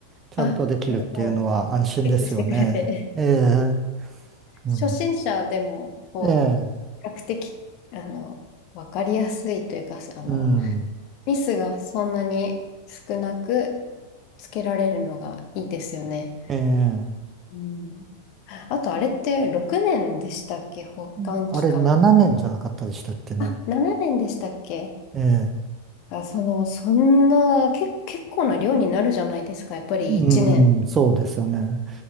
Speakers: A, on the right; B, on the left.
A: ちゃんとできるっていうのは安心ですよね。
B: あ、ちゃんとこう、チェックしてくれて。
A: ええ、うん、
B: 初心者でも、こう、
A: ええ、
B: 比較的、あの、わかりやすいというか、あの、
A: うん、
B: ミスがそんなに少なくつけられるのがいいですよね。
A: ええ、
B: うん。あとあれって6年でしたっけ保管期間。
A: うんあれ7年じゃなかったでしたっけね。
B: あ、7年でしたっけ
A: ええ、
B: あ、その、そんな、け、結構な量になるじゃないですか。やっぱり1年。
A: うん、そうですよね。